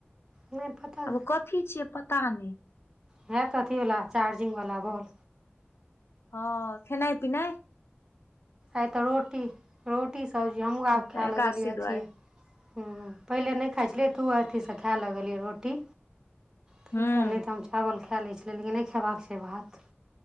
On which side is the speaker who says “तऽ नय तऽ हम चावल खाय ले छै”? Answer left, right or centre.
Right